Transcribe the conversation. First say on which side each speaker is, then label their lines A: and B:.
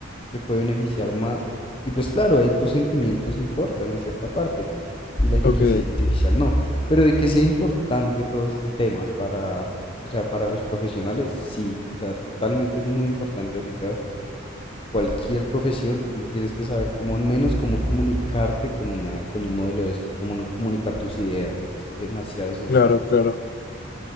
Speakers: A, on the left (about 25°); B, on the left (about 50°).
A: te puede beneficiar más. Y pues claro, ahí tus sentimientos importan en cierta parte y la inteligencia
B: ok.
A: artificial no. Pero de que sea importante todo este tema para, o sea, para los profesionales, sí. O sea, totalmente es muy importante ahorita cualquier profesión, tú tienes que saber cómo al menos cómo comunicarte con una, con un modelo de estos, cómo no comunicar tus ideas. Es demasiado esencial.
B: Claro, claro.